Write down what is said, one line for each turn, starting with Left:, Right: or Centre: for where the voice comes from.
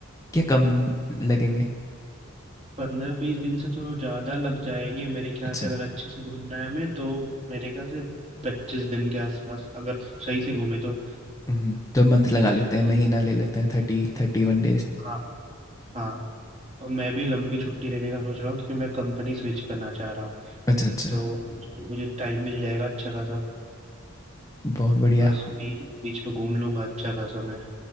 Left: क्या कम लगेंगे
Right: पंद्रह बीस दिन से तो ज़्यादा लग जाएंगे मेरे ख्याल
Left: अच्छा
Right: से अगर अच्छे से घूमना है हमें तो मेरे ख्याल से पच्चीस दिन के आसपास अगर सही से घूमे तो
Left: हम्म तो मंथ लगा
Right: तो
Left: लेते
Right: पच्चीस
Left: हैं महीना ले लेते हैं थर्टी थर्टी वन
Right: हाँ हाँ और मैं भी लंबी छुट्टी लेने का सोच रहा हूँ क्योंकि मैं कंपनी स्विच करना चाह रहा हूँ
Left: अच्छा अच्छा
Right: तो मुझे टाइम मिल जाएगा अच्छा खासा
Left: बहुत बढ़िया
Right: बस बीच बीच पे घूम लूंगा अच्छा खासा मैं